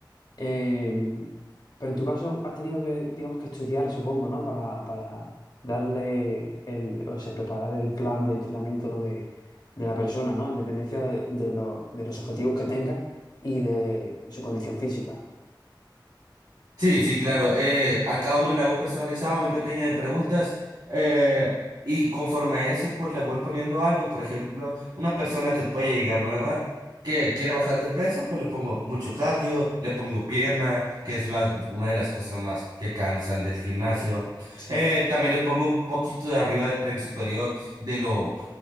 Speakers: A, on the left (about 55°); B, on the right (about 75°).
A: Eh, pero en tu caso has tenido que, digamos, que estudiar, supongo, ¿no? Para, para darle el, o sea, preparar el plan de entrenamiento de, de la persona, ¿no? En dependencia de, de lo- de los objetivos que tenga y de su condición física.
B: Sí, sí, claro. Eh, a cada uno le hago un personalizado muy pequeño de preguntas eh, y conforme a eso, pues le voy poniendo algo. Por ejemplo, una persona que puede llegar nueva, que quiere bajar de peso, pues le pongo mucho cardio, le pongo pierna, que es la, una de las cosas más que cansan del gimnasio.
A: Sí.
B: Eh, también le pongo un poquito de arriba de tren superior, de lo,